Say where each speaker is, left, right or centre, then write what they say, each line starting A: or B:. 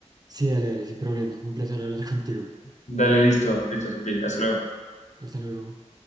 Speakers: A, on the right; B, on the left.
A: Sí, dale, dale, sin problema. Un placer hablar <laughs> contigo.
B: Dale, listo, listo, Santi. Hasta luego.
A: Hasta luego.